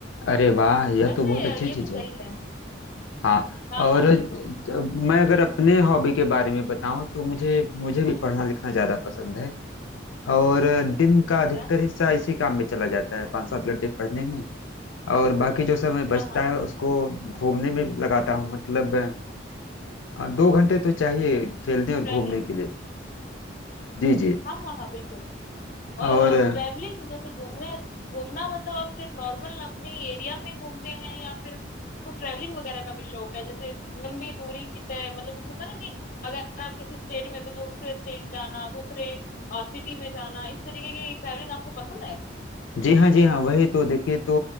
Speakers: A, on the left; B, on the left.
A: अरे वाह यह
B: वैसे
A: तो बहुत अच्छी
B: अ, ये
A: चीज
B: भी सही
A: है
B: है
A: हाँ
B: हाँ
A: और
B: हाँ
A: अ,
B: बिल्कुल
A: मैं अगर अपने हॉबी के बारे में बताऊं तो मुझे मुझे भी पढ़ना लिखना ज्यादा पसंद है और दिन का
B: अच्छा
A: अधिकतर हिस्सा इसी काम में चला जाता है पाँच सात घंटे पढ़ने में और बाकी जो समय
B: हाँ
A: बचता
B: हाँ
A: है उसको घूमने में लगाता हूँ मतलब अ, दो घंटे तो चाहिए खेलने और
B: ट्रैवलिंग
A: घूमने के लिए जी जी
B: हाँ हाँ हाँ बिल्कुल
A: और
B: और
A: अ,
B: ट्रैवलिंग जैसे घूमने घूमना मतलब आप सिर्फ नॉर्मल अपने एरिया में घूमते हैं या फिर आपको ट्रैवलिंग वगैरह का भी शौक है जैसे लंबी दूरी की तय मतलब जैसे होता है ना कि अगर आप किसी स्टेट में तो दूसरे स्टेट जाना दूसरे सिटी में जाना इस तरीके की ट्रैवलिंग आपको पसंद है
A: जी हाँ जी हाँ वही तो देखिए तो